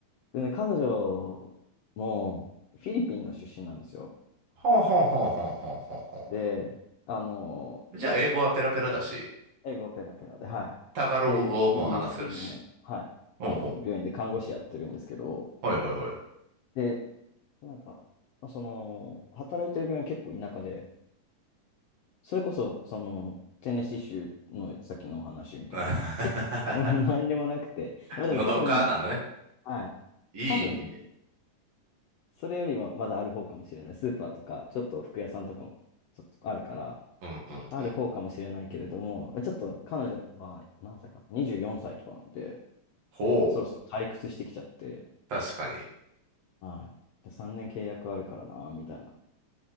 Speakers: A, on the left; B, on the right.
A: でね、彼女もフィリピンの出身なんですよ。
B: ほうほうほうほうほうほうほ
A: で、あの
B: う。じゃあ、英語はペラペラだし、
A: 英語ペラペラで、はい。
B: タガログ語も話せるし。
A: で、イギリスの、はい、
B: ほうほ
A: あの、病院で看護師やってるんですけど、
B: う。はいはいはい。
A: で、なんか、まあその、働いてる病院結構田舎で、それこそ、その、テネシー州のさっきのお話みたいに、
B: <laughs>
A: 結構、<laughs> 何でもなくて、まあでも多分、
B: のどかなね。
A: はい、
B: いい意味
A: 多分、それよりはまだある方かもしれない。スーパーとか、ちょっと服屋さんとかもちょっとあるから、
B: うんうんうん。
A: ある方かもしれないけれども、ちょっと彼女は何歳かな、24歳とかなんで、
B: ほう。
A: そろそろ退屈してきちゃって、
B: 確かに。
A: はい。3年契約あるからな、みたいな。